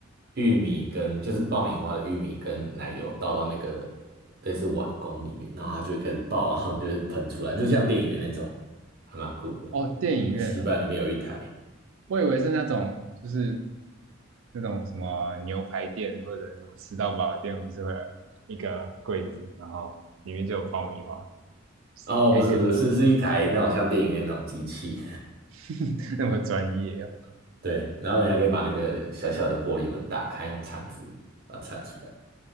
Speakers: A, on the right; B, on the right.
A: 玉米跟就是爆米花的玉米跟奶油倒到那个类似碗公里面，然后它就会开始爆啊然后就是喷出来，就像电影院那种，还蛮酷的。
B: 哦，电影院啊，
A: 那西班里面有一台，
B: 我以为是那种就是那种什么牛排店或者什么吃到饱的店，不是会有一个柜子，然后里面就有爆米花，
A: 哦，
B: 就一个
A: 不是不是是是一台那种像电影院那种机器，
B: <laughs> 那么专业啊！
A: <laughs> 对，然后你还可以把那个小小的玻璃门打开，用铲子把它铲出来。